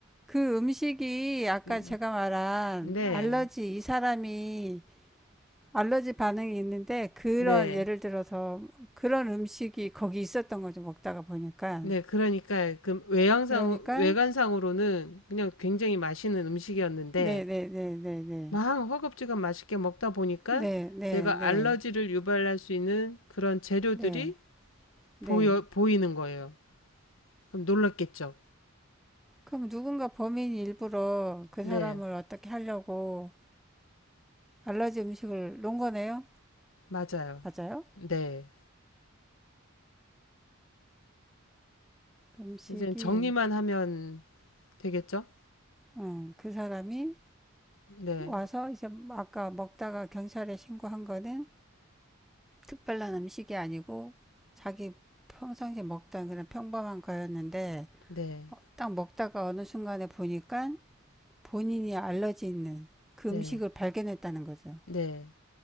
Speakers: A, in the centre; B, on the left.
A: 그 음식이
B: <laughs>
A: 아까
B: 음,
A: 제가 말한
B: 네.
A: 알러지 이 사람이 알러지 반응이 있는데 그런
B: 네.
A: 예를 들어서 그런 음식이 거기 있었던 거죠. 먹다가 보니까.
B: 네. 그러니까 그 외양상,
A: 그러니까
B: 외관상으로는 그냥 굉장히 맛있는 음식이었는데
A: 네, 네, 네, 네, 네.
B: 막 허겁지겁 맛있게 먹다 보니까
A: 네, 네,
B: 내가
A: 네.
B: 알러지를 유발할 수 있는 그런 재료들이
A: 네. 네.
B: 보여, 보이는 거예요. 그럼 놀랐겠죠?
A: 그럼 누군가 범인이 일부러 그
B: 네.
A: 사람을 어떻게 하려고 알러지 음식을 놓은 거네요.
B: 맞아요.
A: 맞아요?
B: 네.
A: 음식이
B: 이제 정리만 하면 되겠죠?
A: 음, 그 사람이
B: 네.
A: 와서 이제 아까 먹다가 경찰에 신고한 거는 특별한 음식이 아니고 자기 평상시에 먹던 그냥 평범한 거였는데
B: 네.
A: 딱 먹다가 어느 순간에 보니까 본인이 알러지 있는 그
B: 네.
A: 음식을 발견했다는 거죠.
B: 네.